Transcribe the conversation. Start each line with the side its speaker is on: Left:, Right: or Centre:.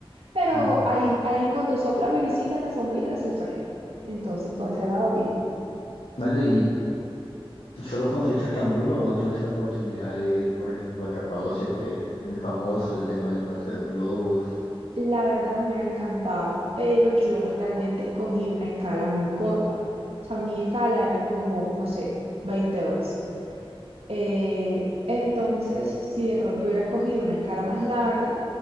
Right: Pero
Left: Mm.
Right: ahí, ahí cuando sopla brisita en la sombrita hace fresco. Entonces, por ese lado, bien.
Left: Bueno, y ¿Solo conociste Estambul o no tuviste la oportunidad de ir, por ejemplo, a Capadocia, que es muy famoso el tema del paseo de globos?
Right: La verdad me hubiera encantado, pero yo realmente escogí una escala muy corta. O sea, mi escala eran como, no sé, 20 horas. Eh, entonces, si de pronto hubiera escogido una escala más larga,